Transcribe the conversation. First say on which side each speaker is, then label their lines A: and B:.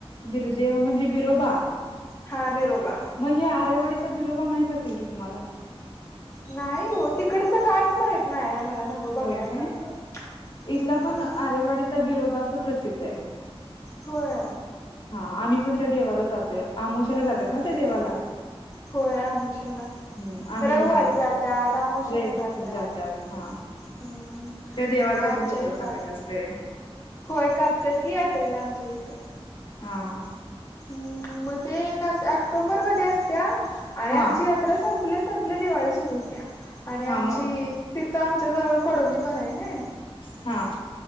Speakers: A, on the left; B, on the left.
A: बिरदेव म्हणजे बिरोबा
B: हा बिरोबा
A: मग हे आरेवाडी बिरोबा माहित असेल की तुम्हाला.
B: नाही हो तिकडच कायच माहित नाही आहे मला. नवं बघण्यासारखं
A: होय काय? इथला
B: हम्म
A: पण आरेवाडीचा बिरोबा अस प्रसिद्ध आहे.
B: होय.
A: हा आम्ही पण त्या देवाला जातोय आमोशाला जातात ना त्या देवाला.
B: होय आमोशाला.
A: हम्म आम्ही
B: रविवारी
A: पण जातो
B: जात्यात आमोशाला
A: रविवारी
B: जात्यात.
A: हा
B: हम्म
A: त्या देवाला
B: मग आमच्या
A: काहीतरी बोकड
B: इथं
A: कापायचं
B: आहे.
A: असते
B: होय कापत्यात कि यात्रेला आमच्या इथ.
A: हं
B: <unintelligible> मग ते ऑक्टोबर मध्ये असत्या आणि
A: हा
B: आमची यात्रा संपली. संपली दिवाळी सुरु होत्या आणि
A: हा
B: आमची
A: मग
B: तिथं आमच्या जवळ कडोली पण आहे ना.
A: हं.